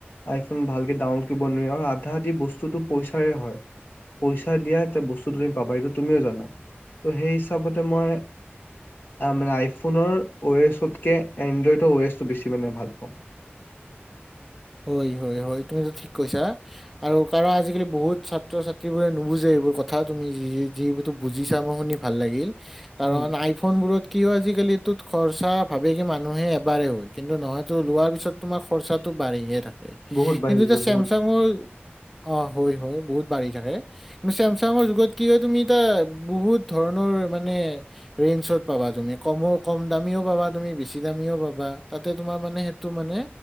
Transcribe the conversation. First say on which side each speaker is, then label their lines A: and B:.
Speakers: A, on the left (about 55°); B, in the centre.
A: আইফোন ভালকে ডাউনলোড কৰিব নোৱাৰি আৰু আধা বস্তুতটো পইচাৰে হয়, পইচা দিয়া বস্তুটো পাবা এইটো তুমিও জানা ত' সেই হিচাপতে মই মানে আইফোনৰ অয়েছতকে এনড্ৰইডৰ অয়েছটো বেছি মানে ভাল পাওঁ৷
B: হয়, হয়, হয় তুমিতো ঠিক কৈছা আৰু কাৰণ আজিকালি বহুত ছাত্ৰ ছাত্ৰীবোৰে নুবুজে এইবোৰ কথা তুমি যি যিবো বুজিছা মই শুনি ভাল লাগিল৷ কাৰণ
A: উম
B: আইফোন বোৰত কি হয় আজিকালিটো খৰচা ভাবে কি মানুহে এবাৰে হয়, কিন্তু নহয়তো লোৱাৰ পিছত তোমাৰ খৰচাটো বাঢ়িহে থা- এইটো
A: বহুত বাঢ়িছে
B: ত চেমচাঙৰ
A: বহুত
B: অ হয় হয় বহুত বাঢ়ি থাকে, চেমচাংৰ যুগত কি হয় এতিয়া বহুত ধৰণৰ মানে ৰেনচত পাবা তুমি, মানে কম দামীও পাবা তুমি, বেছি দামীও পাবা, তাতে তোমাৰ মানে সেইটো মানে